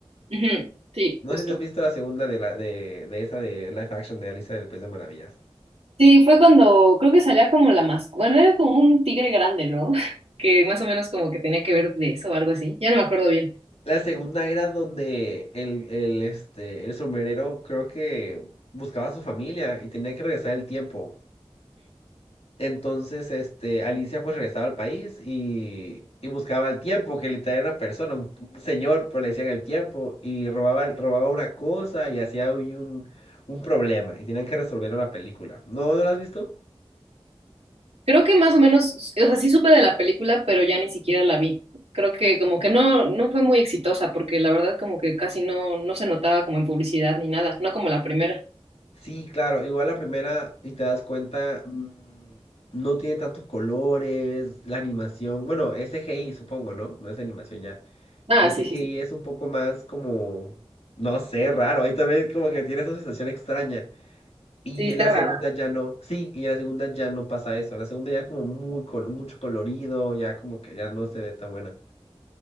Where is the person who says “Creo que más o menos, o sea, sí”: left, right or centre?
Right